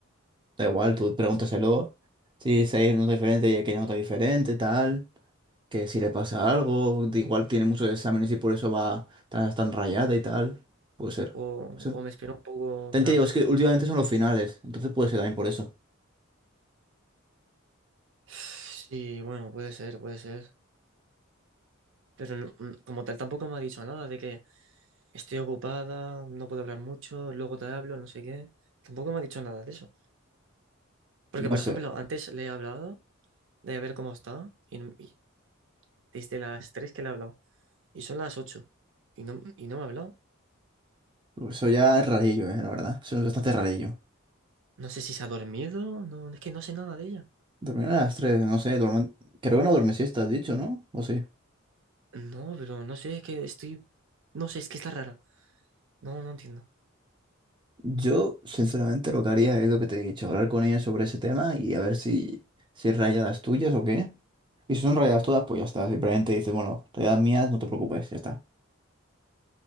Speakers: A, on the right; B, on the right.
A: da igual, tú pregúntaselo. Si se nota diferente y el que no nota diferente, tal, que si le pasa algo, de igual tiene muchos exámenes y por eso va tan, tan rayada y tal. Puede ser,
B: O,
A: puede ser.
B: o me espero un poco,
A: También
B: en plan.
A: te digo, es que últimamente son los finales, entonces puede ser también por eso.
B: Sí, bueno, puede ser, puede ser. Pero no- mm, como tal tampoco me ha dicho nada de que estoy ocupada, no puedo hablar mucho, luego te hablo, no sé qué. Tampoco me ha dicho nada de eso. Porque,
A: No
B: por ejemplo,
A: sé,
B: antes le he hablado de ver cómo está y, no- y desde las 3 que le he hablado y son las 8 y no, y no me ha hablado.
A: pero eso ya es rarillo, eh, la verdad. Eso es bastante rarillo.
B: No sé si se ha dormido, no, es que no sé nada de ella.
A: Dormir a las 3, no sé, duerme- creo que no duerme siesta, has dicho, ¿no? ¿O sí?
B: No, pero no sé, es que estoy... No sé, es que está rara. No, no entiendo.
A: Yo, sinceramente, lo que haría es lo que te he dicho, hablar con ella sobre ese tema y a ver si, si hay rayadas tuyas o qué. Y si son rayadas todas, pues ya está. Simplemente dices, bueno, rayadas mías, no te preocupes, ya está.